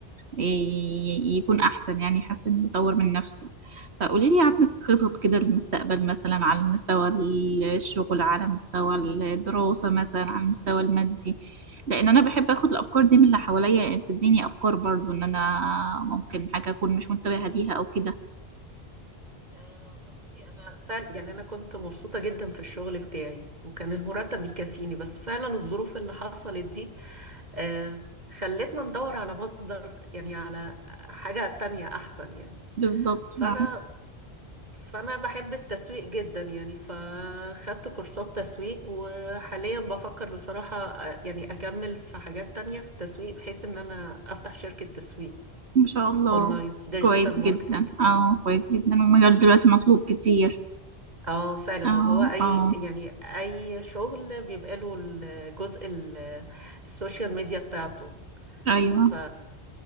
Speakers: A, on the right; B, on the right.
A: ي- يكون أحسن يعني يحسن يطور من نفسه فقولي لي عندك خطط كده للمستقبل مثلا على مستوى الشغل على مستوى الدراسة مثلا على المستوى المادي لان انا بحب اخد الافكار دي من اللي حواليا يعني بتديني افكار برضو ان انا ممكن حاجه اكون مش منتبهه ليها او كده
B: آه، بصي انا فعلا يعني انا كنت مبسوطة جدا في الشغل بتاعي وكان المرتب بيكفيني بس فعلا الظروف اللي حصلت دي آه خلتنا ندور على مصدر يعني على حاجة تانية احسن يعني
A: بالظبط
B: فانا
A: فعلا
B: فانا بحب التسويق جدا يعني فخدت كورسات تسويق وحاليا بفكر بصراحة آه، يعني اكمل في حاجات تانية في التسويق بحيث ان انا افتح شركة تسويق
A: ما شاء الله
B: اونلاين ديجيتال
A: كويس جدا
B: ماركتينج
A: اه
B: اه
A: كويس جدا والمجال دلوقتي مطلوب كتير
B: اه فعلا
A: اه
B: وهو اي
A: اه
B: يعني اي شغل بيبقى له الجزء ال- السوشيال ميديا بتاعته
A: ايوه
B: ف